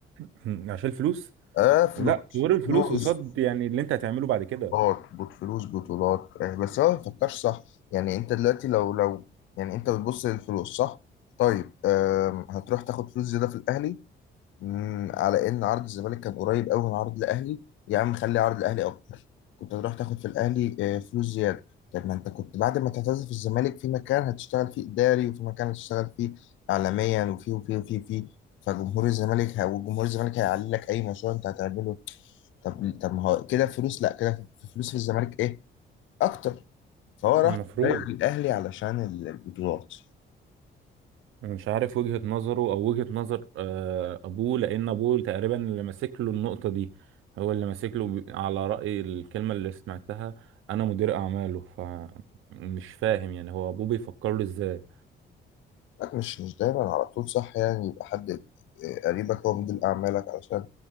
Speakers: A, on the right; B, on the left.
A: <clears throat> عشان الفلوس
B: اه فلوس
A: لا طول الفلوس
B: فلوس
A: قصاد يعني اللي انت هتعمله بعد كده
B: بطولات بط- فلوس بطولات آه، بس هو ما بيفكرش صح يعني انت دلوقتي لو لو يعني انت بتبص للفلوس صح طيب آم، هتروح تاخد فلوس زياده في الاهلي مم، على ان عرض الزمالك كان قريب قوي من عرض الاهلي يا عم خلي عرض الاهلي اكتر كنت هتروح تاخد في الاهلي آه، فلوس زياده طب ما انت كنت بعد ما تعتزل في الزمالك في مكان هتشتغل فيه اداري وفي مكان هتشتغل فيه اعلاميا وفي وفي وفي وفي فجمهور الزمالك ه- وجمهور الزمالك هيعلي لك اي مشروع انت هتعمله طب طب ما هو كده فلوس لا كده في فلوس في الزمالك ايه اكتر فهو راح
A: المفروض
B: صح غير الاهلي علشان ال- البطولات
A: مش عارف وجهة نظره او وجهة نظر آه، ابوه لان ابوه تقريبا اللي ماسك له النقطة دي هو اللي ماسك له ب- على رأي الكلمة اللي سمعتها انا مدير اعماله فمش فاهم يعني هو ابوه بيفكر له ازاي
B: لا مش مش دايما على طول صح يعني يبقى حد آه، قريبك هو مدير أعمالك علشان